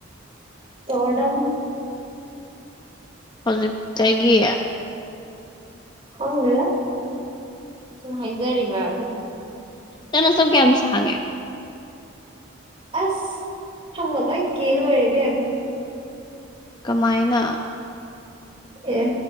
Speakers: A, on the right; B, on the left.
A: ꯇꯣꯠꯝ
B: ꯍꯧꯖꯤꯛꯇꯒꯤ
A: ꯈꯪꯗꯦꯗ ꯁꯨꯝ ꯍꯥꯏꯖꯔꯤꯕ꯭ꯔꯥ ꯑꯗꯨꯝ
B: ꯇꯅꯣ ꯁꯝ ꯀꯌꯥꯝ ꯁꯥꯡꯉꯦ
A: ꯑꯁ ꯊꯪꯒꯜꯂꯣꯏ ꯀ ꯂꯣꯏꯔꯕꯤ ꯑꯦꯝ
B: ꯀꯃꯥꯏꯅ
A: ꯑꯦ